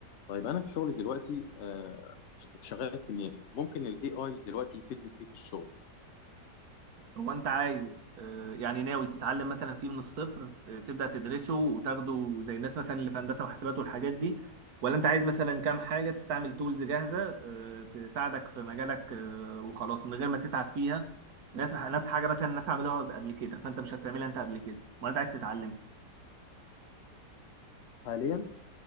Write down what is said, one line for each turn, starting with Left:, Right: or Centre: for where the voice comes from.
Left: طيب انا في شغلي دلوقتي آه، شغال كيميائي ممكن الاي اي دلوقتي يفيدني في ايه في الشغل
Right: هو انت عايز آه، يعني ناوي تتعلم مثلا فيه من الصفر آه، تبدأ تدرسه وتاخده زي الناس مثلا اللي في هندسة وحاسبات والحاجات دي ولا انت عايز مثلا كام حاجة تستعمل تولز جاهزة آه، تساعدك في مجالك آه، وخلاص من غير ما تتعب فيها ناس ناس حاجة مثلا الناس عملوها قبل كده فانت مش هتعملها انت قبل كده ولا انت عايز تتعلم
Left: حاليا